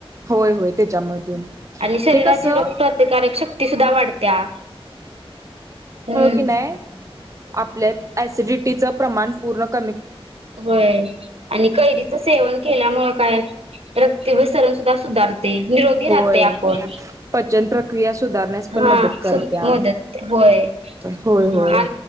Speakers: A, on the right (about 30°); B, on the right (about 75°).
A: होय होय त्याच्यामधून
B: आणि शरीराची
A: ते कसं
B: रोगप्रतिकारक शक्ती सुद्धा वाढत्या. हमम.
A: क नाय आपल्यात असिडिटीच प्रमाण पूर्ण क
B: होय आणि कैरीच सेवन केल्यामुळे काय रक्तभिसरण सुद्धा सुधारतय निरोगी राहतय
A: होय
B: आपण.
A: पचन प्रक्रिया सुधारण्यास पण
B: हा
A: मदत करत्या
B: सु मदत, होय
A: होय होय
B: हा